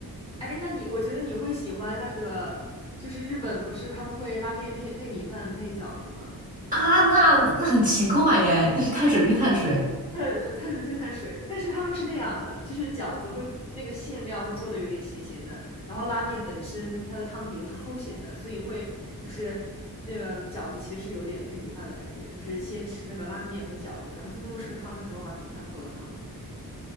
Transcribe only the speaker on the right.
啊！那那很奇怪耶，那是碳水配碳水。